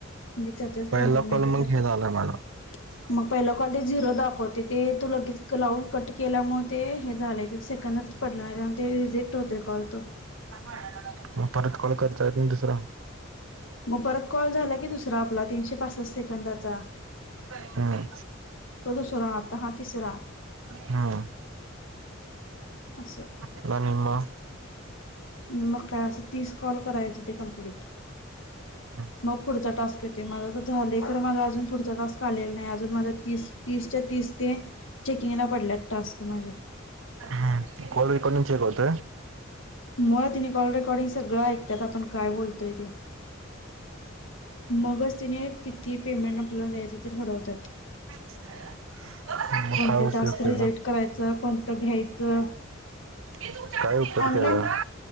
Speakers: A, on the left; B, on the right.
A: म्हणजे त्याच्याच
B: पहिला
A: पेमेंट मिळते.
B: कॉल मग
A: <unintelligible>
B: हे झाला <inaudible>
A: मग पहिला कॉल हे झिरो दाखवते. ते तू लगेच लावून कट केल्यामुळ ते हे झालंय ते सेकंदत पडणार आन ते रिजेक्ट होतय कॉल तो.
B: <unintelligible> कट कॉल करता येते दुसरा
A: मग परत कॉल झाला की, दुसरा आपला तीनशे पासष्ट सेकंदाचा
B: हम्म,
A: तो दुसरा आता हा तिसरा
B: हम,
A: असं
B: पण म
A: मग काय असं तीस कॉल करायचं ते कम्प्लीट.
B: ह,
A: मग पुढचा टास्क येतोय. माझा त झालंय तर मला अजून पुढचा टास्क आलेला नाही. अजून माझा तीस तीसच्या तीस ते चेकिंगला पडल्यात टास्क माझे.
B: ह, कॉलिंग पण चेक होत.
A: मुळ तिने कॉल रेकॉर्डिंग सगळं ऐकतात. आपण काय बोलतोय ते. मगस त्यानी किती पेमेंट आपल्याला द्यायचं ते ठरवतात.
B: मग
A: कोणते
B: काय उपयोग
A: टास्क
B: त्याचा
A: रिजेक्ट करायचं कोणतं घ्यायचं
B: काय उपयोग
A: ऑनलाईन
B: त्याचा?